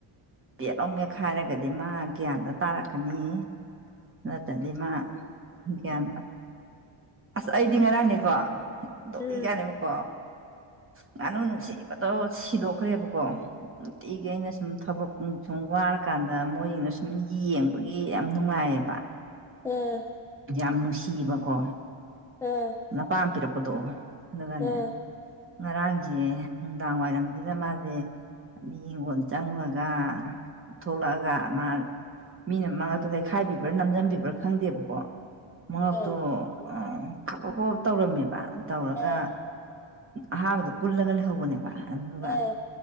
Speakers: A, on the right; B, in the centre.
A: ꯄꯦꯠ ꯂꯥꯎ ꯃꯦꯠꯈꯥꯏꯔꯒꯗꯤ ꯃꯥ ꯒ꯭ꯌꯥꯟꯗꯣ ꯇꯥꯔꯛꯀꯅꯤ ꯅꯠꯇꯗꯤ ꯃꯥ ꯒ꯭ꯌ꯭ꯥꯟ ꯇ ꯑꯁ ꯑꯩꯗꯤ ꯉꯔꯥꯡꯅꯦꯀꯣ ꯅꯣꯛꯅꯤꯡꯖꯥꯅꯤꯀꯣ
B: ꯎꯝ
A: ꯉꯥꯅꯨ ꯅꯨꯡꯁꯤ ꯁꯤꯕꯗꯣ ꯁꯤꯗꯣꯛꯈ꯭ꯔꯦꯕꯀꯣ ꯅꯨꯡꯇꯤꯒꯤ ꯑꯩꯅ ꯁꯨꯝ ꯊꯕꯛ ꯁꯨꯝ ꯋꯥꯔꯀꯥꯟꯗ ꯃꯣꯏꯖꯤꯡꯗꯣ ꯁꯨꯝ ꯌꯦꯡꯕꯒꯤ ꯌꯥꯝ ꯅꯨꯡꯉꯥꯏꯌꯦꯕ
B: ꯑꯥ
A: ꯌꯥꯝ ꯅꯨꯡꯁꯤꯌꯦꯕꯀꯣ
B: ꯑꯥ
A: ꯅꯄꯥꯅ ꯄꯤꯔꯛꯄꯗꯣ ꯑꯗꯨꯒꯅꯦ
B: ꯑꯥ
A: ꯉꯔꯥꯡꯁꯦ ꯅꯨꯡꯗꯥꯡ ꯋꯥꯏꯔꯝꯁꯤꯗ ꯃꯥꯖꯦ ꯃꯤ ꯍꯤꯡꯒꯣꯜ ꯆꯪꯉꯨ ꯒꯥ ꯊꯣꯛꯂꯛꯑꯒꯥ ꯃꯥ ꯃꯤꯅ ꯃꯉꯛꯇꯣ ꯂꯩꯈꯥꯏꯕꯤꯕ꯭ꯔꯥ ꯅꯝꯖꯤꯟꯕꯤꯕ꯭ꯔꯥ ꯈꯪꯗꯦꯕꯀꯣ ꯃꯉꯛꯇꯨ
B: ꯑꯥ
A: ꯑ ꯈꯄ ꯈꯄ ꯇꯧꯔꯝꯃꯦꯕ ꯇꯧꯔꯒ
B: ꯑꯥ
A: ꯑꯍꯥꯥꯟꯕꯗ ꯀꯨꯜꯂꯒ ꯂꯩꯍꯧꯕꯅꯦꯕ ꯑꯗꯨꯒ
B: ꯑꯥ